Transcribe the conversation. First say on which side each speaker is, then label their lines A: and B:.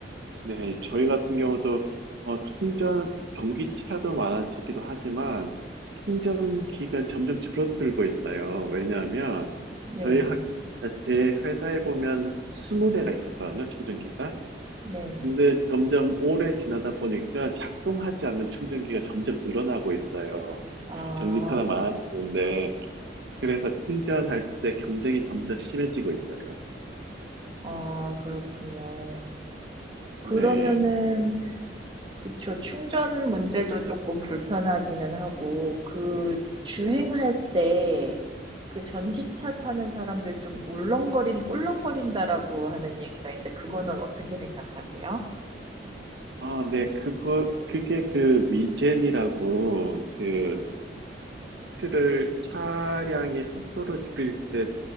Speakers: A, on the right; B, on the right.
A: 네, 저희 같은 경우도 어, 충전 전기차도 많아지기도 하지만 충전기가 점점 줄어들고 있어요. 왜냐하면
B: 네.
A: 저희 학, 제 회사에 보면 20대가 있었거든요, 충전기가.
B: 네.
A: 근데 점점 오래 지나다 보니까 작동하지 않는 충전기가 점점 늘어나고 있어요.
B: 아.
A: 전기차나 많아지는데 그래서 충전할 때 경쟁이 점점 심해지고 있어요.
B: 아 그렇군요. 그러면은
A: 네.
B: 그쵸. 충전 문제도 조금 불편하기는 하고 그 주행할 때 그 "전기차 타는 사람들 좀 울렁거린 꿀렁거린다."라고 하는 얘기가 있는데 그거는 어떻게 생각하세요?
A: 아, 네, 그거, 그게 그 위젠이라고, 그, 브레이크를 차량의 속도를 줄일 때